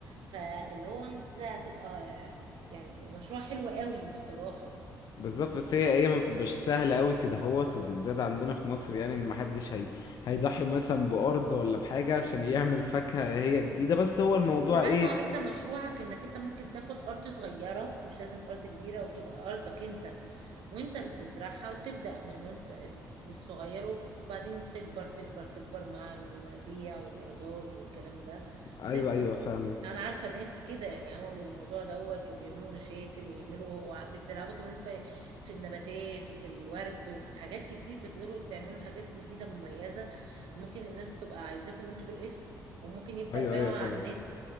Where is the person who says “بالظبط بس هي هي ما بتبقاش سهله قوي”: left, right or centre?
Left